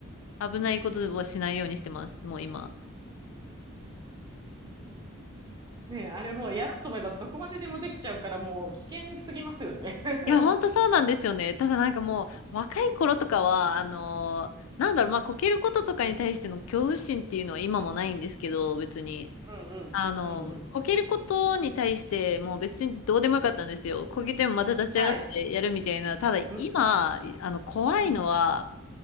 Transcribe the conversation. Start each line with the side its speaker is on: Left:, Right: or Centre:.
Left: 危ないことはしないようにしてます。もう今。
Right: ねえ、あれもうやろうと思えばどこまででもできちゃうからもう危険すぎますよね。<laughs>
Left: いや、ほんとそうなんですよね。ただなんかもう、若い頃とかは、あの、なんだろう、まあ、こけることとかに対しての恐怖心っていうのは今もないんですけど、別に。
Right: うんうん。
Left: あの、
Right: うんうん。
Left: こけることに対してもう別にどうでもよかったんですよ。こけてもまた立ち上がってやるみたいな。
Right: <laughs> はい。
Left: ただ今、
Right: うん。
Left: あの、怖いのは、
Right: うん。